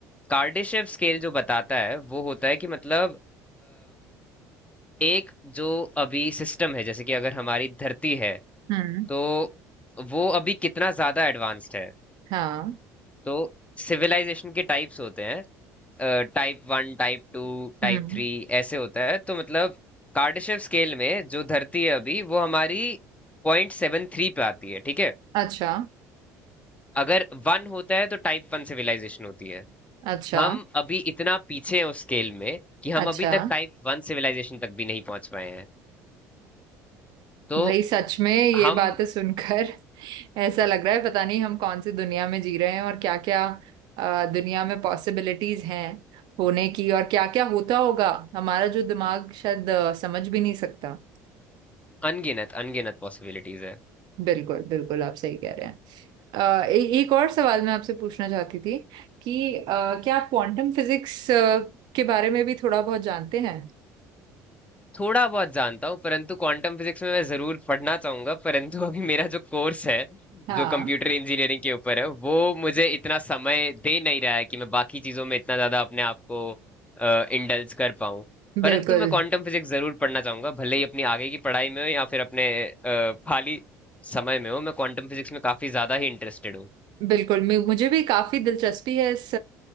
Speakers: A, on the left (about 15°); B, on the right (about 65°).
A: कार्डिशेव स्केल जो बताता है वो होता है कि मतलब एक जो अभी सिस्टम है जैसे कि अगर हमारी धरती है
B: हम्म
A: तो वो अभी कितना ज्यादा एडवांस्ड है
B: हाँ
A: तो सिविलाइजेशन के टाइप्स होते हैं टाइप वन टाइप टू टाइप
B: हम्म
A: थ्री ऐसे होता है तो मतलब कार्डाशेव स्केल में जो धरती है अभी वो हमारी पॉइंट सेवन थ्री पे आती है ठीक है
B: अच्छा
A: अगर वन होता है तो टाइप वन सिविलाइजेशन होती है
B: अच्छा
A: हम अभी इतना पीछे हैं उस स्केल में कि हम
B: अच्छा
A: अभी तक टाइप वन सिविलाइजेशन तक भी नहीं पहुंच पाए हैं तो
B: भाई सच में ये
A: हम
B: बातें सुनकर <laughs> ऐसा लग रहा है पता नहीं हम कौन सी दुनिया में जी रहे हैं और क्या क्या दुनिया में पॉसिबिलिटीज हैं होने की और क्या क्या होता होगा हमारा जो दिमाग शायद अ, समझ भी नहीं सकता
A: अनगिनत अनगिनत पॉसिबिलिटीज है
B: बिल्कुल बिल्कुल आप सही कह रहे हैं अ, ए, एक और सवाल मैं आपसे पूछना चाहती थी कि अ, क्या आप क्वांटम फिजिक्स के बारे में भी थोड़ा बहुत जानते हैं
A: थोड़ा बहुत जानता हूँ परंतु क्वांटम फिजिक्स में मैं जरूर पढ़ना चाहूंगा परंतु <laughs> अभी मेरा जो कोर्स है
B: हाँ
A: जो कंप्यूटर इंजीनियरिंग के ऊपर है वो मुझे इतना समय दे नहीं रहा है कि मैं बाकी चीजों में इतना ज्यादा अपने आप को इंडल्ज कर पाऊँ परंतु
B: बिल्कुल
A: मैं क्वांटम फिजिक्स जरूर पढ़ना चाहूंगा भले ही अपनी आगे की पढ़ाई में हो या फिर अपने अ, खाली समय में हो मैं क्वांटम फिजिक्स में काफी ज्यादा ही इंटरेस्टेड हूँ
B: बिल्कुल मैं मुझे भी काफी दिलचस्पी है इस